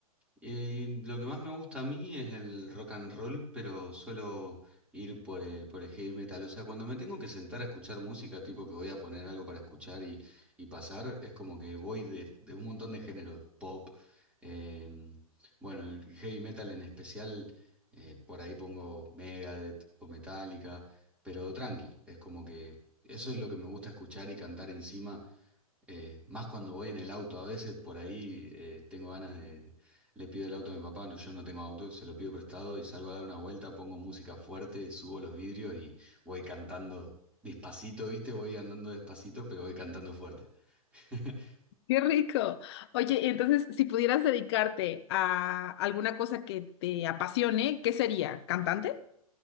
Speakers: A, in the centre; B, on the left (about 45°).
A: Eh, lo que más me gusta a mí es el rock and roll, pero suelo ir por el, por el heavy metal. O sea, cuando me tengo que sentar a escuchar música, tipo que voy a poner algo para escuchar y, y pasar, es como que voy de, de un montón de géneros. Pop, em, bueno, el heavy metal en especial, eh, por ahí pongo Megadeth o Metallica, pero tranqui, es como que eso es lo que me gusta escuchar y cantar encima. Eh, más cuando voy en el auto, a veces por ahí eh, tengo ganas de, le pido el auto a mi papá, no, yo no tengo auto, se lo pido prestado y salgo a dar una vuelta, pongo música fuerte, subo los vidrios y voy cantando despacito, ¿viste? Voy andando despacito, pero voy cantando fuerte. <laughs>
B: Qué rico. Oye, y entonces, si pudieras dedicarte a alguna cosa que te apasione, ¿qué sería? ¿Cantante?